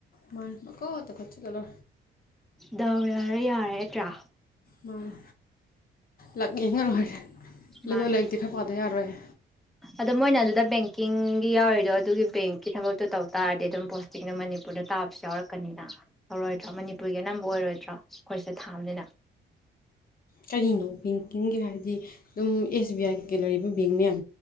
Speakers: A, on the left; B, in the centre.
A: ꯃꯥ ꯀꯣꯠꯇ ꯈꯠꯆ ꯇꯗꯣ
B: ꯗꯎꯔꯔ ꯌꯥꯔꯗ꯭ꯔꯥ
A: ꯃꯥꯅꯦ ꯂꯛ ꯌꯦꯡꯉ ꯂꯣꯏꯔꯦ
B: ꯃꯥꯥꯏ
A: ꯑꯗꯣ ꯂꯥꯏꯔꯤꯛꯇꯤ ꯈꯔ ꯄꯥꯗ ꯌꯥꯔꯣꯏꯍꯦ
B: ꯑꯗꯣ ꯃꯣꯏꯅ ꯑꯗꯨꯗ ꯕꯦꯡ ꯕꯀꯤꯡꯒꯤ ꯌꯥꯎꯔꯤꯗꯣ ꯑꯗꯨꯒꯤ ꯕꯦꯡꯀꯤ ꯊꯕꯛꯇꯣ ꯇꯧ ꯇꯥꯔꯗꯤ ꯑꯗꯨꯝ ꯄꯣꯁꯇꯤꯡꯗꯣ ꯃꯅꯤꯄꯨꯔꯗ ꯇꯥꯕꯁꯨ ꯌꯥꯎꯔꯛꯀꯅꯤꯅ ꯇꯧꯔꯣꯏ ꯊꯔꯣ ꯃꯅꯤꯄꯨꯔꯒꯤ ꯑꯅꯝꯕ ꯑꯣꯏꯔꯣꯏꯗ ꯆ ꯑꯩꯈꯣꯏꯁꯦ ꯊꯥꯕꯅꯤꯅ
A: ꯀꯔꯤꯅꯣ ꯕꯦꯡꯀꯤꯡꯒꯤ ꯍꯥꯏꯗꯤ ꯑꯗꯨꯝ ꯑꯦꯁ ꯕꯤ ꯑꯥꯏꯒ ꯂꯩꯔꯤꯕ ꯕꯦꯡ ꯃꯌꯥꯝ